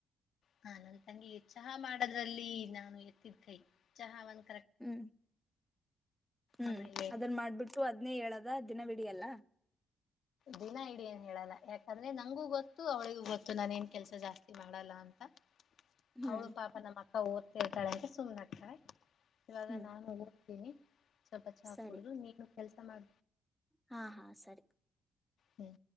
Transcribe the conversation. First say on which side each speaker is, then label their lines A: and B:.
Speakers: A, on the left; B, in the centre.
A: ಹ ನನ್ ತಂಗಿಗೆ ಚಹಾ ಮಾಡದ್ರಲ್ಲಿ ನಾನು ಎತ್ತಿದ್ ಕೈ ಚಹ ಒಂದ
B: ಹ್ಮ್ ಹ್ಮ್
A: ಆಮೇಲೆ
B: ಅದನ್ ಮಾಡ್ಬಿಟ್ಟು ಅದ್ನೇ ಹೇಳದ ಅದ್ ದಿನವಿಡಿ ಎಲ್ಲ
A: ದಿನ ಇಡೀ ಏನ್ ಹೇಳಲ್ಲ ಯಾಕಂದ್ರೆ ನಂಗೂ ಗೊತ್ತು ಅವಳಿಗೂ ಗೊತ್ತು ನಾನ್ ಏನ್ ಕೆಲ್ಸ ಜಾಸ್ತಿ ಮಾಡಲ್ಲ ಅಂತ
B: ಹ್ಮ್
A: ಅವಳು ಪಾಪ ನಮ್ಮ ಅಕ್ಕಾ ಓ ತಳ್ತಡಕ್ಕೆ ಸುಮನಾಟಕ ಇವಾಗ
B: ಹ್ಮ್
A: ನಾನು <unintelligible> ಸ್ವಲ್ಪ ಚಾ
B: ಸರಿ
A: ಕುಡಿದು ನೀ ಕೆಲಸ ಮಾಡ
B: ಹಾ ಹಾ ಸರಿ
A: ಹ್ಮ್